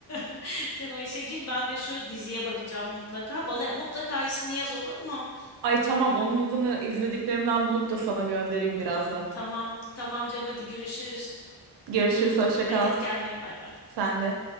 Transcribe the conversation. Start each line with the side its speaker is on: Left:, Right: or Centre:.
Left: <laughs> sen o işe gir. Ben de şu diziye bakacağım mutlaka. Bana mutlaka ismini yaz olur mu?
Right: Ay tamam onun adını izlediklerimden bulup da sana göndereyim birazdan.
Left: Tamam. Tamam canım hadi görüşürüz.
Right: Görüşürüz hoşça
Left: Dikkat
Right: kal.
Left: et kendine. Bay bay.
Right: Sen de.